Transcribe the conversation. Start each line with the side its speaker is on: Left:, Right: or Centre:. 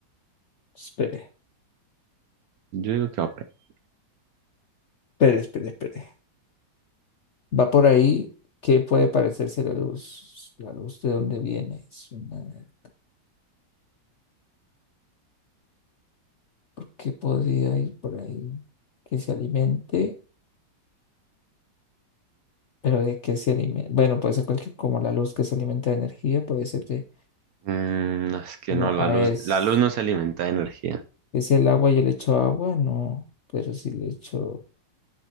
Left: Espere,
Right: Yo digo que va por ahí.
Left: espere, espere, espere. Va por ahí, ¿qué puede parecerse a la luz? La luz de dónde viene. Es una... ¿Qué podría ir por ahí? Que se alimente. Pero de qué se alimenta. Bueno, puede ser cualquier, como la luz que se alimenta de energía, puede ser de,
Right: Mm, es que
Left: como
Right: no, la
Left: a
Right: luz,
Left: veces,
Right: la luz no se alimenta de energía.
Left: es el agua, yo le echo agua, no, pero si le echo